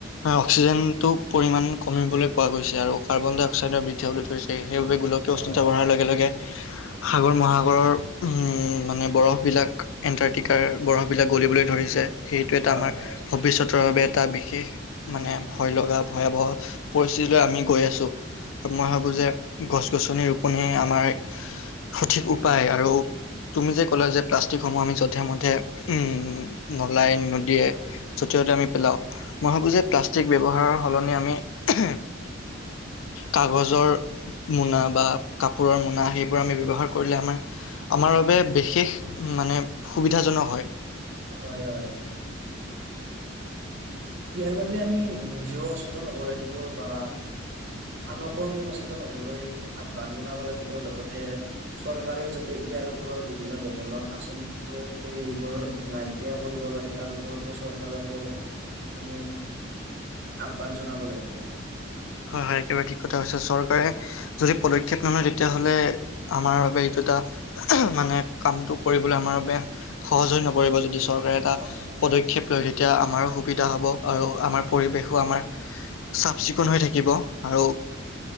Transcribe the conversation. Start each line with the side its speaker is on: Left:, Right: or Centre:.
Left: অক্সিজেনটো পৰিমান কমিবলৈ পোৱা গৈছে আৰু আৰু কাৰ্বন ডাই অক্সাইডৰ বৃদ্ধি হবলৈ ধৰিছে সেইবাবে গোলকীয়
Right: হয়।
Left: উষ্ণতা বঢ়াৰ লগে লগে সাগৰ মহাসা গৰৰ মানে বৰফবিলাক এণ্টাৰ্টিকাৰ বৰফবিলাক গলিবলৈ ধৰিছে সেইটো এটা
Right: হয়
Left: আমাৰ
Right: হয়
Left: ভৱিষ্যতৰ বাবে এটা বিশেষ মানে ভয় লগা ভয়াৱহ পৰিস্থিতিলৈ আমি গৈ আছো আৰু মই ভাবো
Right: হয়
Left: যে গছ গছনি ৰুপনে আমাৰ এক সঠিক উপায় আৰু তুমি যে ক'লা যে প্লাষ্টিকসমূহ আমি যধে মধে উম নলাই নদীয়ে যতে ততে আমি পেলাও মই ভাবো যে প্লাষ্টিক ব্যৱহাৰৰ সলনি আমি এহেম কাগজৰ মোনা বা কাপোৰৰ মোনা সেইবোৰ আমি ব্যৱহাৰ কৰিলে আমাৰ আমাৰ বাবে বিশেষ মানে সুবিধাজনক হয়
Right: হয় হয় ইয়াৰ বাবে আমি নিজেও সচেতন হব লাগিব বা আনকো আমি সচেতন হবলৈ আহ্বান জনাব লাগিব লগতে চৰকাৰেও যাতে ইয়াত তাৰ ওপৰত বিভিন্ন ধৰণৰ আঁচনি প্ৰয়োগ কৰি এইবোৰ নাইকিয়া কৰিব পাৰে তাৰ ওপৰতো চৰকাৰ চৰকাৰকো আমি আহ্বান জনাব লাগিব
Left: হয় হয় একেবাৰে ঠিক কথা হৈছে চৰকাৰে যদি পদক্ষেপ নলয় তেতিয়াহ'লে আমাৰ বাবে এইটো এটা মানে কামটো কৰিবলৈ আমাৰ বাবে সহজ হৈ নপৰিব যদি চৰ- কোনো এটা
Right: হয় হয়
Left: পদক্ষেপ লয় তেতিয়া - আমাৰো সুবিধা হ'ব আৰু আমাৰ পৰিৱেশো আমাৰ চাফ চিকুণ হৈ থাকিব। থাকিব আৰু